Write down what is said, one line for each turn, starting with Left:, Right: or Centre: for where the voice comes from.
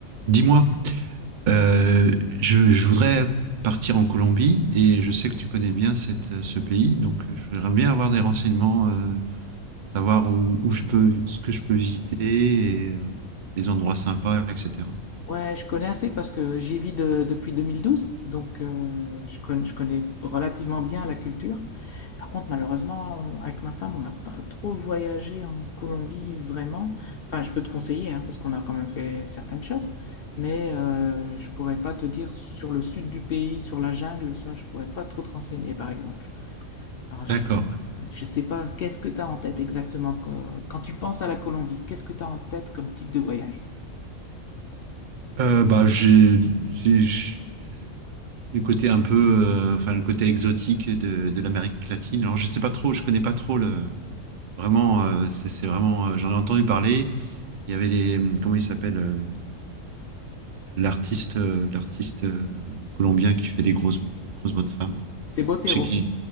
Right: Dis-moi, euh, je, je voudrais partir en Colombie et je sais que tu connais bien cette, euh, ce pays, donc euh, je voudrais bien avoir des renseignements, euh, savoir où, où je peux, ce que je peux visiter et euh, les endroits sympas, etc.
Left: Ouais, je connais assez parce que j'y vis de- depuis 2012, donc euh, je connais, je connais relativement bien la culture. Par contre, malheureusement, on- avec ma femme, on n'a pas trop voyagé en Colombie vraiment. Enfin, je peux te conseiller, hein, parce qu'on a quand même fait certaines choses, mais euh, je pourrais pas te dire sur le sud du pays, sur la jungle, ça, je pourrais pas trop te renseigner, par exemple. Alors, je
Right: D'accord.
Left: sais, je sais pas, qu'est-ce que tu as en tête exactement euh, quand tu penses à la Colombie, qu'est-ce que tu as en tête comme type de voyage?
Right: Euh, bah, j'ai, j'ai- j'- le côté un peu, euh, enfin le côté exotique de, de l'Amérique latine. Alors je sais pas trop, je connais pas trop le. Vraiment, euh, c'est c'est vraiment, euh, j'en ai entendu parler. Il y avait les, hum, comment ils s'appellent? euh, l'artiste euh, l'artiste euh, colombien qui fait des grosses grosses bonnes femmes.
Left: C'est Botero.
Right: je sais qui